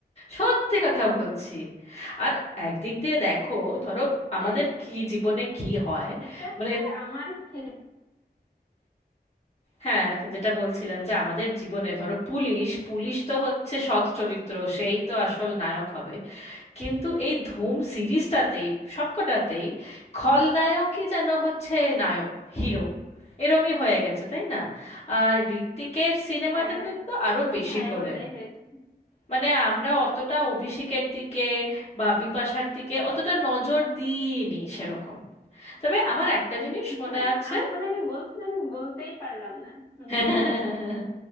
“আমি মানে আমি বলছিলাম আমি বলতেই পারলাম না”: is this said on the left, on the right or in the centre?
Left